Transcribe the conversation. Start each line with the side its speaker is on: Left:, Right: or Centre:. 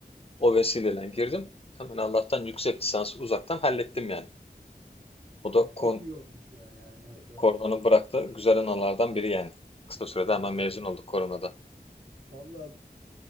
Left: O vesileyle girdim. Hemen Allah'tan yüksek lisansı uzaktan hallettim yani. O
Right: Ya
Left: da
Right: çok
Left: kon
Right: iyi olmuş ya yani o da.
Left: koronanın bıraktığı güzel anılardan biri yani. Kısa sürede
Right: Valla.
Left: hemen mezun olduk koronada.
Right: Valla